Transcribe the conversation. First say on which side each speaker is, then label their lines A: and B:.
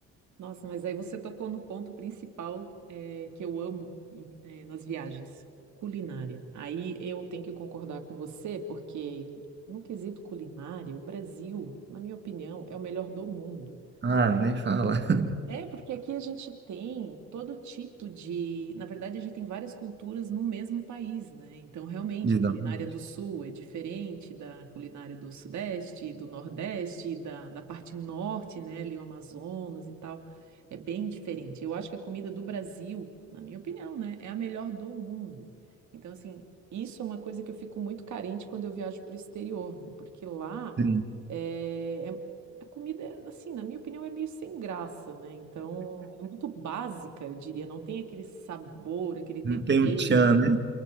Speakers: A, on the right; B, on the right.
A: Nossa, mas aí você tocou no ponto principal, eh, que eu amo, em- eh, nas viagens, culinária. Aí eu tenho que concordar com você, porque no quesito culinária, o Brasil, na minha opinião, é o melhor do mundo.
B: Ah, nem fala. <laughs>
A: É, porque aqui a gente tem todo tipo de. Na verdade, a gente tem várias culturas no mesmo país, né? Então, realmente,
B: Exato.
A: a culinária do Sul é diferente da culinária do Sudeste, do Nordeste, da, da parte Norte, né? Ali, o Amazonas e tal. É bem diferente. Eu acho que a comida do Brasil, na minha opinião, né? É a melhor do mundo. Então, assim, isso é uma coisa que eu fico muito carente quando eu viajo para o exterior, né? Porque lá.
B: Sim.
A: eh, É, a comida, é, assim, na minha opinião, é meio sem graça, né? Então, é muito básica, eu diria. Não tem aquele sabor, aquele tempero.
B: Não tem um tchan, né?